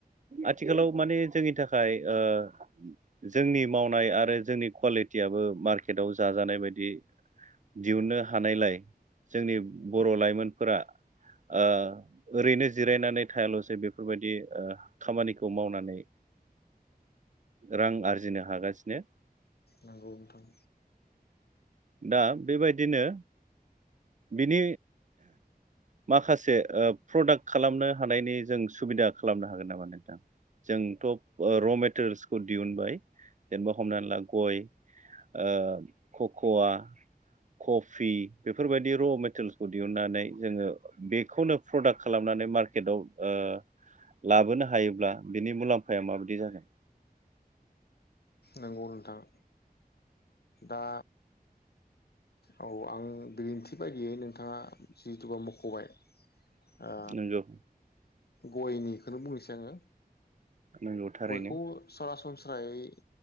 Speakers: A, on the right (about 50°); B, on the left (about 80°).
A: आथिखालाव माने जोंनि थाखाय ओ जोंनि मावनाय आरो जोंनि कुवालिटियाबो मार्केटाव जाजानाय बायदि दिहुननो हानायलाय जोंनि बर' लाइमोनफोरा ओ ओरैनो जिरायनानै थायाल'सो बेफोरबायदि ओ खामानिखौ मावनानै रां आरजिनो हागासिनो।
B: नोंगौ नोंथां।
A: दा बेबायदिनो बिनि माखासे ओ प्रडाक्ट खालामनो हानायनि जों सुबिदा खालामनो हागोन नामा नोंथां जोंथ र मेटेरियेल्सखौ दिहुनबाय जेनेबा हमना ला गय ओ ककवा कफि बेफ फोरबायदि र मेटेलसखौ दिहुननानै जोंङो बेखौनो प्रडाक्ट खालामनानै मार्केटाव ओ लाबोनो हायोब्ला बिनि मुलाम्फाया माबायदि जागोन
B: नंगौ नोंथां दा औ आं गेरिन्थि बायदियै नोंथाङा जिहेतु मखबाय ओ
A: नंगौ
B: गयनिखौनो बुंनोसै आंङो
A: नंगौ थारैनो
B: गयखौ सरासनस स्रायै